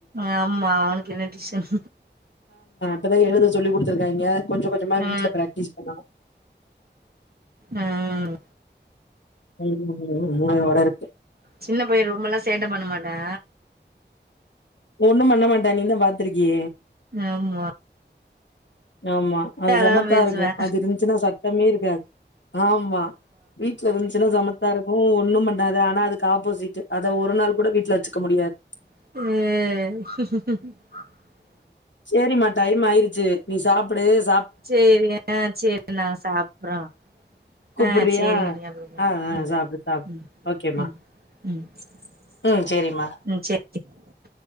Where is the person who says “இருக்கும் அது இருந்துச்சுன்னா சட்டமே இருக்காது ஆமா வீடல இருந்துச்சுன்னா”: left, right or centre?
Left